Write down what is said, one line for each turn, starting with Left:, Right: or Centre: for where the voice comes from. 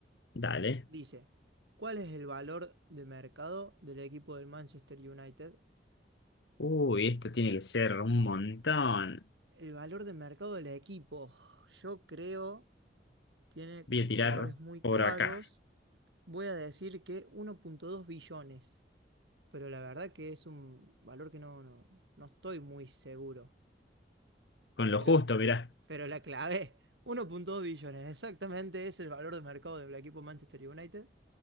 Left: Dale.
Right: Dice. ¿Cuál es el valor de mercado del equipo del Manchester United?
Left: Uy, esto tiene que ser un montón.
Right: El valor de mercado del equipo, yo creo, tiene
Left: Voy
Right: ca-
Left: a tirar
Right: jugadores muy
Left: por
Right: caros.
Left: acá,
Right: Voy a decir que 1.2 billones, pero la verdad que es un valor que no, no, no estoy muy seguro.
Left: con lo
Right: Pero,
Left: justo, mirá.
Right: pero la clave, <laughs> 1.2 billones, exactamente es el valor de mercado del equipo Manchester United.